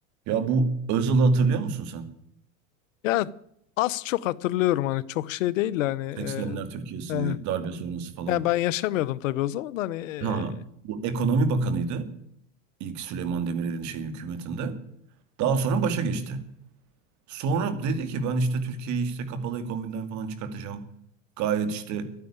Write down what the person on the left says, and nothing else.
Ya az çok hatırlıyorum hani çok şey değil de hani e,
e,
yani ben yaşamıyordum tabii o zaman da hani e,